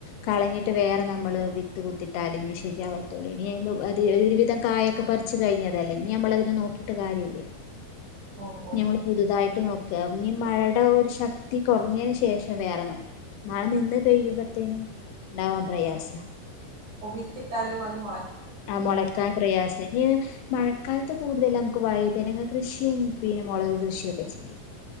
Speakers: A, on the left; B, on the right.
A: കളഞ്ഞിട്ട് വേറെ നമ്മള് വിത്ത് കുത്തിട്ടാല് ഇഞ്ഞ് ശരിയാവത്തൊള്ളൂ ഇനി അയ്ന് അത് ഒരുവിധം കായ ഒക്കെ പറിച്ച് കഴിഞ്ഞതല്ലേ ഇഞ് ഞമ്മളതിനെ നോക്കിട്ട് കാര്യല്ല്യ
B: <inaudible>
A: ഇഞ് ഞമ്മള്
B: ഓ
A: പുതുതായിട്ട് നോക്ക ഇഞ് മഴടെ ഒരു ശക്തി കെറഞ്ഞേന് ശേഷം വേറെ നോക്കും. മഴ നിന്ന് പെയ്യുമ്പത്തേനും ഇണ്ടാവാൻ പ്രയാസാ
B: ഒ വിത്തിട്ടാലും അത് മൊള
A: ആ മൊളക്കാൻ പ്രയാസാ ഞ് മഴക്കാലത്ത് കൂടുതലമ്മക്ക് വഴുതനങ്ങ കൃഷിം പിന്നെ മൊളക് കൃഷിയൊക്കെ ചെയ്യ